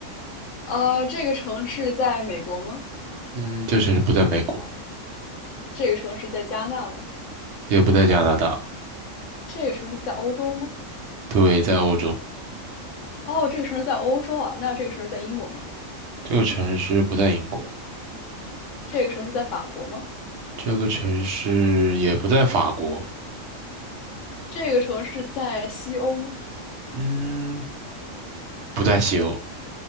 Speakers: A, on the left; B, on the right.
A: 呃，这个城市在美国吗？
B: 嗯，这城市不在美国，
A: 这个城市在加拿大吗？
B: 也不在加拿大，
A: 这个城市在欧洲吗？
B: 对，在欧洲。
A: 哦，这个城市在欧洲啊，那这个城市在英国吗？
B: 这个城市不在英国，
A: 这个城市在法国吗？
B: 这个城市也不在法国，
A: 这个城市在西欧吗？
B: 嗯，不在西欧，